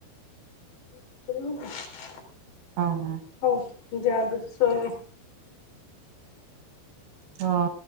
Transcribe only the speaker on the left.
ସପପ
ହଉ ଯାଦୁ ସ ନ